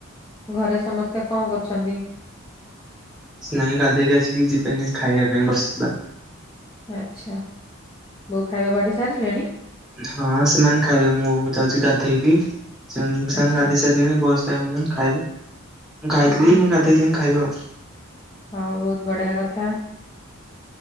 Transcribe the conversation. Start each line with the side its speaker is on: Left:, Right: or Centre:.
Left: ଘରେ ସମସ୍ତେ କଣ କରୁଛନ୍ତି?
Centre: କିଛି ନାଇଁ ଗାଧୋଇକି ଆସିକି ଯିବିନି ଖାଇବା ପାଇଁ ବସିଥିଲା।
Left: ଆଚ୍ଛା ବୋଉ ଖାଇବା ବାଢି ସାରିଲେଣି?
Centre: ହଁ ସେମାନେ ଖାଇବେ ମୁଁ ଯାଉଚି ଗାଧେଇବି ସେ ସେମାନେ
Left: ଆଚ୍ଛା
Centre: ଗାଧେଇ ସାର ତେଣେବୟସ୍ ଖାଇବେ ମୁଁ ଖାଇଥିଲି ମୁଁ ଗାଧେଇକି ଯାଇ ଖାଇବି ଆଉ।
Left: ହଉ ବହୁତ୍ ବଢିଆ କଥା।